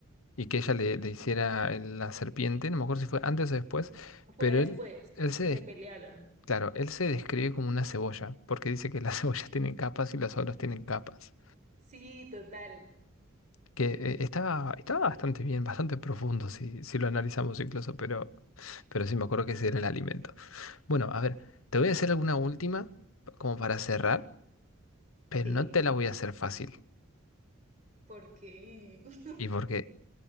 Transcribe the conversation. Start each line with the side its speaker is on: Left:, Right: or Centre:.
Left: y que ella le, le hiciera el- la serpiente, no me acuerdo si fue antes o después,
Right: Fue
Left: pero
Right: después,
Left: él, él
Right: porque
Left: se, des-
Right: se pelearon.
Left: claro, él se describe como una cebolla, porque dice que las <laughs> cebollas tienen capas y las olas tienen capas.
Right: Sí, total.
Left: Que eh, estaba, estaba bastante bien, bastante profundo si, si lo analizamos incluso, pero, pero sí me acuerdo que ese era el alimento. Bueno, a ver, te voy a hacer alguna última como para cerrar, pero
Right: Sí.
Left: no te la voy a hacer fácil.
Right: Porque, <laughs>
Left: ¿Y porque